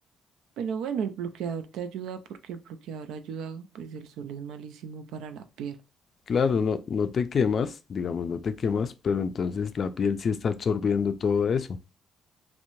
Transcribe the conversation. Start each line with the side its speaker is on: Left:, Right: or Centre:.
Right: Pero bueno, el bloqueador te ayuda porque el bloqueador ayuda, pues el sol es malísimo para la piel.
Left: Claro, no, no te quemas, digamos, no te quemas, pero entonces la piel sí está absorbiendo todo eso.